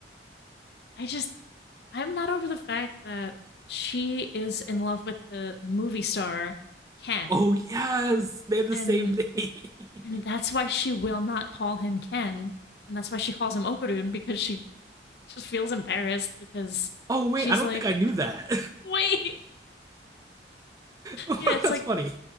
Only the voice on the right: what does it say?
Oh yes, they have the
same name.
<laughs> oh wait,
I don't
think I knew that.
<laughs>
That's
funny.